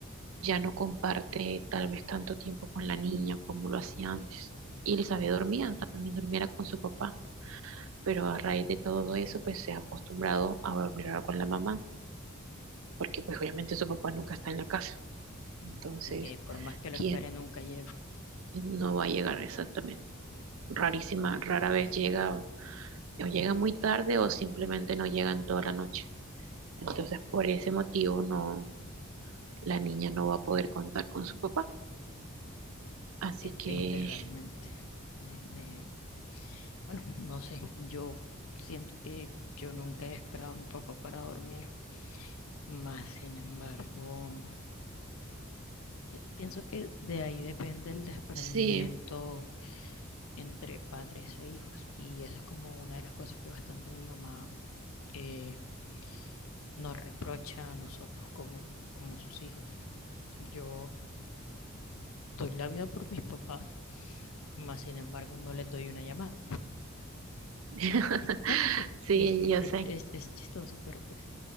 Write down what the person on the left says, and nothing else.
y que por más que lo
espere nunca llega.
Qué triste
realmente. Me, me- bueno, no sé, yo siento que yo nunca he esperado a mi papá para dormir, más sin embargo, Y Pienso que de ahí depende el desprendimiento
entre padres e hijos y esa es como una de las cosas que bastante mi mamá eh, nos reprocha a nosotros como, como sus hijos. Yo doy la vida por mis papás, más sin embargo no les doy una llamada.
Es- No, no, sí,
es, chis-
es
chi- es- es chistoso, pero pues